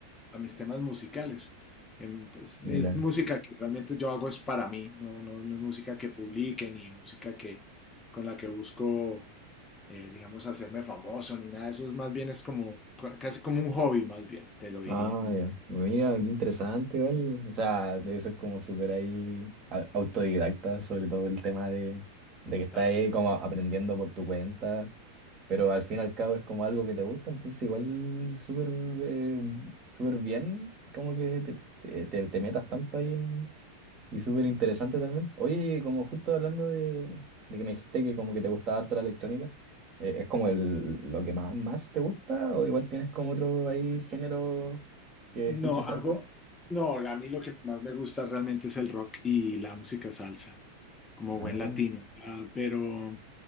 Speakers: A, on the left; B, on the right.
A: a mis temas musicales. Em, pues,
B: ya.
A: es música que realmente yo hago es para mí, no, no, no es música que publique ni música que, con la que busco, eh, digamos, hacerme famoso ni nada de eso. es Más bien es como, cua- casi como un hobby, más bien, te lo diría,
B: Ah, ya. Mira, qué interesante, igual. O sea, debe ser como súper ahí a- autodidacta, sobre todo el tema de, de que estás
A: tal
B: ahí
A: cual.
B: como aprendiendo por tu cuenta pero al fin y al cabo es como algo que te gusta, entonces igual súper eh, súper bien, como que te, te- te- te metas tanto ahí en- y súper interesante también. Oye, como justo hablando de, de que me dijiste que como que te gustaba harto la electrónica, eh, ¿es como el, lo que más, más te gusta o igual tienes como otro ahí género que
A: No,
B: escuches
A: hago,
B: harto?
A: no, a mí lo que más me gusta realmente es el rock y la música salsa. como
B: Ah,
A: buen latino. Ah, pero,